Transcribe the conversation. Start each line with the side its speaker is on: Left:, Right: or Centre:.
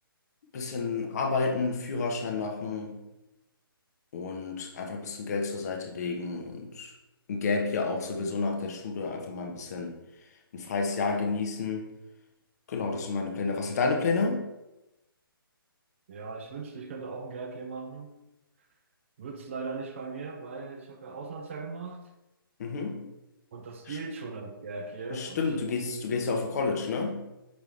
Left: bisschen arbeiten, Führerschein machen und einfach ein bisschen Geld zur Seite legen und ein Gap ja auch sowieso nach der Schule einfach mal ein bisschen ein freies Jahr genießen. Genau, das sind meine Pläne. Was sind deine Pläne?
Right: Ja, ich wünschte, ich könnte auch ein Gap Year machen. Wird's leider nicht bei mir, weil ich habe ja Auslandsjahr gemacht
Left: Mhm.
Right: und das
Left: Sch-
Right: gilt schon als Gap Year.
Left: Stimmt,
Right: Und ich,
Left: du gehst, du gehst ja auf ein College, ne?